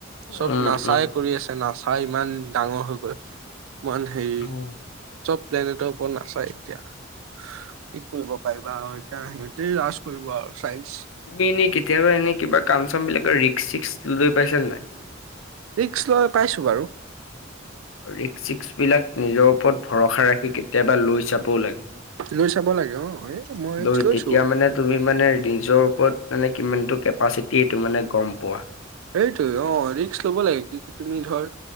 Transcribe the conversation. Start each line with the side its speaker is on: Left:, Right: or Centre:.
Right: চব
Left: উম
Right: নাচাই
Left: উম
Right: কৰি আছে নাচ চাই ইমান ডাঙৰ হৈ গ'ল ইমান হেৰি
Left: উম
Right: চব প্লেনেটৰ ওপৰত নাচায় এতিয়া কি কৰিব পাৰিবা সিহঁতে লাজ কৰিব আৰু চাইন্স
Left: তুমি এনেই কেতিয়াবা এনে কিবা কাম চামবিলাকৰ ৰিস্ক চিক্স লৈ পাইছা নাই।
Right: ৰিকস্ক লৈ পাইছো বাৰু
Left: ৰিক্ক চিস্ক বিলাক নিজৰ ওপৰত ভৰসা ৰাখি কেতিয়াবা লৈ চাবও লাগে
Right: লৈ চাব লাগে অ এই মই
Left: দই
Right: ৰিক্স লৈছো।
Left: তেতিয়া মানে তুমি মানে নিজৰ ওপৰত মানে কিমানটো কেপাচিটি এইটো মানে গম পোৱা
Right: সেইটোয়ে অ ৰিক্ক লব লাগে কি তুমি ধৰ